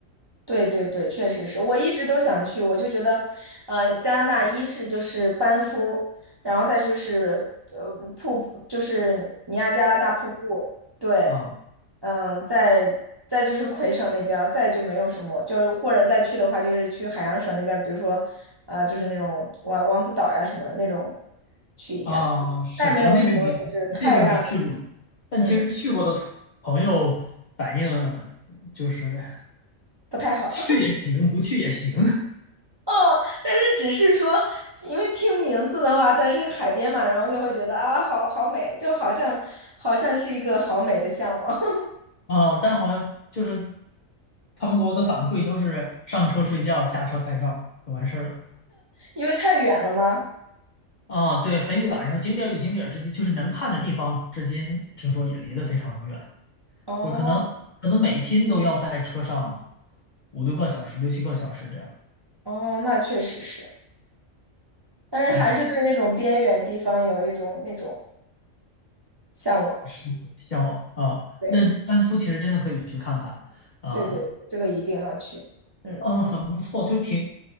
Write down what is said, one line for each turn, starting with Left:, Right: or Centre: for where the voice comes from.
Right: 对对对，确实是我一直都想去，我就觉得，呃，加拿大一是就是班夫，然后再就是呃瀑布，就是尼亚加拉大瀑布，对，
Left: 啊
Right: 嗯、再再就是魁省那边儿再就没有什么，就是或者再去的话，就是去海洋省那边，比如说，呃，就是那种王王子岛呀什么的那种去一下，
Left: 啊，是的，
Right: 再没有什么就是太让人
Left: 我那边没那边没去过，但其实去过的同朋友反映
Right: 嗯
Left: 就是
Right: 不太好。
Left: 去也行，不去也行
Right: 哦，但是只是说，因为听名字的话，咱是海边嘛，然后就会觉得啊，好好美，就好像好像是一个好美的向往，<laughs>
Left: <laughs> 啊，但好像就是他们给我的反馈都是上车睡觉，下车拍照就完事儿了。
Right: 因为太远了吗？
Left: 啊，对，很远，然后景点儿与景点儿之间，就是能看的地方之间，听说也离得非常远，
Right: 哦
Left: 就可能可能每天都要在车上五六个小时、六七个小时这样。
Right: 哦，那确实是，但是还是对那种边远地方有一种那种
Left: 嗯，
Right: 向往。
Left: 是向往啊，
Right: 对
Left: 那班夫其实真的可以去看看啊，
Right: 对对，这个一定要去。嗯
Left: 嗯，很不错，就挺，